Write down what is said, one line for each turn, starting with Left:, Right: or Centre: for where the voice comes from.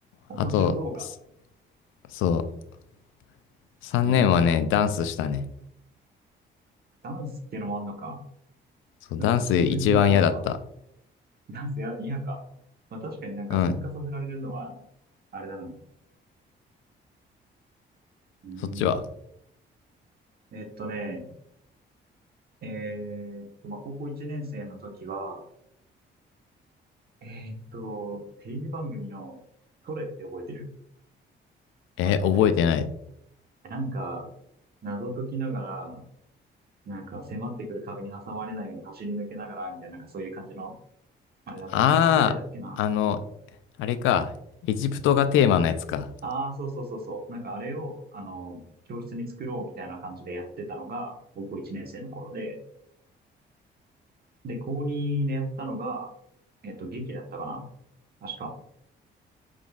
Right: 面白動画。
Left: あと、そそう、3年はね、
Right: えー、
Left: ダンスしたね。
Right: ダンスっていうのもあんのか。
Left: そう、
Right: なんかうちと全然違うわ。
Left: ダンス一番嫌だった。
Right: ダンスや、嫌か。まあ確かになんか参加させられるのは、
Left: うん。
Right: あれだな。うん。
Left: そっちは
Right: えっとね、えーっと、まあ高校1年生の時は、えーっと、テレビ番組のトレって覚えてる
Left: えー覚えてない。
Right: あったんだけど。なんか、謎解きながら、なんか迫ってくる壁に挟まれないように走り抜けながら、みたいな、なんかそういう感じの、あれだったんだけど、
Left: ああ、
Right: トイレだっけな。
Left: あの、あれか。エジプトがテーマのやつか。
Right: ああ、そうそうそうそう。なんかあれを、あの、教室に作ろうみたいな感じでやってたのが、高校1年生の頃で、で、高2でやったのが、えっと、劇だったかな。確か。